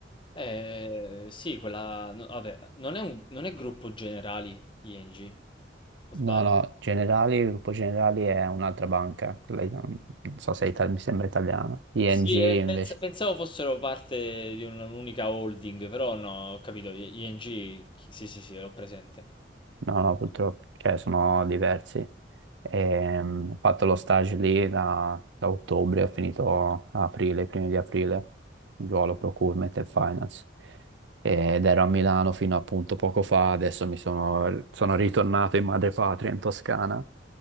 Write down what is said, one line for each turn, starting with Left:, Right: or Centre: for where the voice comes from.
Left: Eh, sì, quella... no, vabbè, non è un- non è gruppo generali ING, o
Right: No,
Left: sbaglio?
Right: no, Generali, il Gruppo Generali è un'altra banca, quella, non so se è ital- mi sembra italiana. ING
Left: Sì,
Right: invece
Left: eh, pens- pensavo fossero parte di un- un'unica holding, però no, ho capito, I- ING, chi- sì, sì, sì, l'ho presente.
Right: No, no, purtroppo, cioè, sono diversi. Ehm, ho fatto lo stage lì da, da ottobre, ho finito a aprile, i primi di aprile, ruolo procurement e finance. Ed ero a Milano fino appunto poco fa, adesso mi sono, sono ritornato in madrepatria, in Toscana.